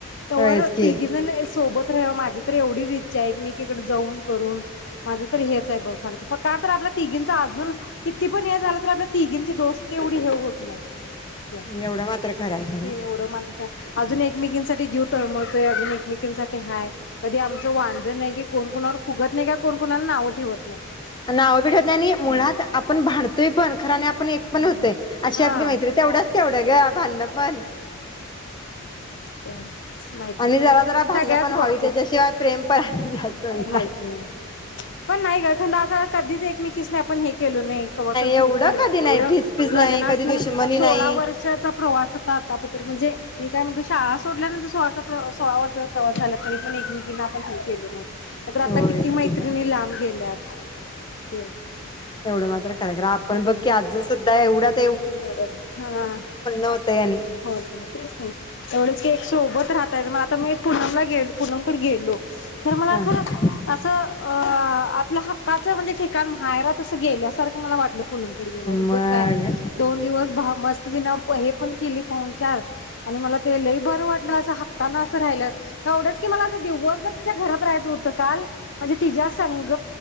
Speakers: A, on the left; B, on the left.
A: तोवर
B: होयच की
A: तिघीजण सोबत तर माझी तर एवढीच इच्छा आहे की मी एकीकड जाऊन करून माझं तर हेच आहे बघ, फक्त का तर आपल्या तिघींच अजून किती पण हे झालं तर आपल्या तिघींची दोस्त एवढी हे होत नाही. ते,
B: एवढं मात्र खरं आहे खरं
A: हे एवढं मात्र काय, अजून एकमेकीसाठी जीव तळमळतय अजून एकमेकांसाठी हाय कधी आमचे वाद नाही कि कोण कोणावर फुगत नाही का कोण कोणाला नावं ठेवत नाही.
B: नावं बी ठेवत
A: असं
B: नाही आणि मुळात
A: हम्म
B: आपण भांडतोय पण खरं आणि आपण एक पण
A: हम्म
B: होतोय, अशी
A: हा
B: आपली मैत्री तेवढ्याचं तेवढ ग भाडणं पण
A: त्यान माहितीच
B: आणि जरा जरा भांडणं
A: सगळ्याच
B: पण व्हावी
A: बाबतीत
B: त्याच्याशिवाय प्रेम पण आणि जास्त होईत
A: राहत नाही, पण नाही ग कारण आता ना कधीच एकमेकीसनी आपण हे केलो नाही, कवा का सोडून
B: एवढं
A: राहिलो
B: कधी
A: नाही एवढ
B: ठीचपीच
A: लग्नाच
B: कधी
A: नाही
B: दुश्मनी
A: सोळा
B: नाही
A: वर्षाचा प्रवास होता, आता पातूर म्हणजे मी काय म्हणतो शाळा सोडल्या नंत तो आता प्र सोळा वर्षचा प्रवास झाला तरी पण एकमेकीना आपण हे केलो नाही. नाही तर
B: होयच
A: आता किती मैत्रिणी
B: की
A: लांब गेल्यात ते
B: एवढं मात्र खरय, कारण आपण
A: हम्म
B: बघ की अजुन सुद्धा एवढ्यात
A: हा
B: होतंय आणि
A: होतंय तेच की तेवढंच एक सोबत राहतय मग आता मी पुनमला गेल पूनमकडे गेलो. खर मला
B: हा
A: खर असं अ आ आपल हक्काचं म्हणजे ठिकाण माहेरात असं गेल्यासारखं मला वाटलं प पुनमकडं गेल्यावर उगच
B: मग
A: काय. दोन दिवस भाव मस्त बिना हे पण की केली पाहुणचार आणि मला ते लयी बरं वाटलं अस हक्कान असं राहिलं, एवढंच कि मला अस दिवसभर तिच्या घरात राहायचं होत काल म्हणजे तिच्यासंग